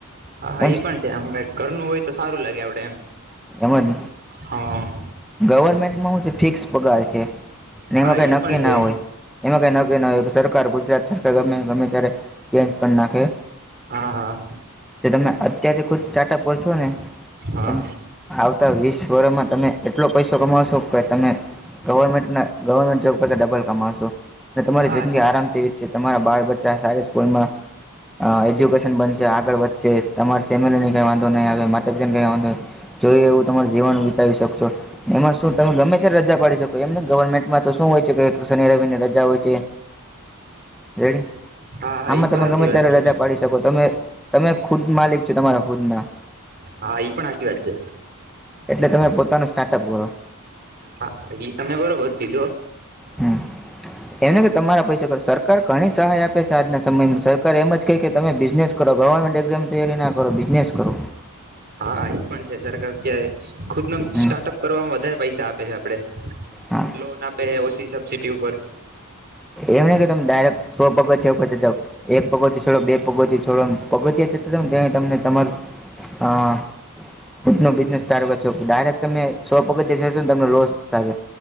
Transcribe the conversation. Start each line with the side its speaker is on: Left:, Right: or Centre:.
Right: હા હા
Centre: એમ
Right: એ પણ છે, આમ ઘરનું હોય તો સારું લાગે આપડે એમ
Centre: એમજ
Right: હા
Centre: ગવર્મેન્ટમાં હું છે, ફિક્સ પગાર છે. ને
Right: હા
Centre: એમાં કઈ
Right: એ
Centre: નક્કી
Right: પણ છે
Centre: ના હોય એમાં કઈ નક્કી ના હોય. સરકાર ગુજરાત સરકાર ગમે <unintelligible> ગમે ત્યારે ચેન્જ કરી નાખે.
Right: હા હા.
Centre: જો તમે અત્યારેથી ખુદ સ્ટાર્ટઅપ પર છો ને.
Right: હા.
Centre: તમે આવતા વીસ વર્રમાં તમે એટલો પૈસો કમાવશો કે તમે ગવર્મેન્ટ ગવર્મેન્ટ જોબ કરતા ડબલ કમાવશો અને તમારી
Right: હા
Centre: જિંદગી આરામ થ <unintelligible> ર છે તમારા બાળ બચ્ચા સારી સ્કૂલમાં એજ્યુકેશન બનશે આગળ વધશે તમારી ફેમિલી ને કઈ વાંધો નહીં આવે માતા પિતાને કઈ વાંધો જોઈ એવું તમાર જીવન વિતાવી શકશો એમાં શું તમે ગમે ત્યા રજા પાડી શકો એમ ને ગવર્મેન્ટમાં તો શું હોય છે કે શનિ રવિની રા <unintelligible> હોય છે રેડી.
Right: હા હા
Centre: આમાં
Right: એ પણ
Centre: તમે
Right: સાચી
Centre: ગમે
Right: વાત
Centre: ત્યારે
Right: છે
Centre: રજા પાડી શકો તમે. તમે ખુદ માલિક છો તમારા ખુદના.
Right: હા એ પણ સાચી વાત છે.
Centre: એટલે તમે પોતાનું સ્ટાર્ટઅપ કરો.
Right: હા ઈ તમે બરોબર કીધો.
Centre: હ એમને કે તમારા પૈસા કર સરકાર ઘણી સહાય આપે છે આજના સમયમાં સરકાર એમ જ કહે કે તમે બિઝનેસ કરો ગવર્મેન્ટ એકઝમ <unintelligible> તૈયારી ના કરો. આપ બિઝનેસ કરો.
Right: હા એ પણ છે સરકાર અત્યારે ખુદ ન
Centre: હમ
Right: સ્ટાર્ટઅપ કરવામાં વધારે પૈસા આપે છે આપડે
Centre: હા
Right: લોન આપે છે ઓછી ચિટી <unintelligible> ઉપર
Centre: એમને કે ડાયરેક્ટ સો પગો છે પછી એક પગો ડો બે પગોથી છોડો પગથીયા <unintelligible> જને ત તમને તમાર અ <unintelligible> બિઝનેસ સ્ટાર કરો ડાયરેક્ટ તમે સો પગતશો ને તમ લોસ થ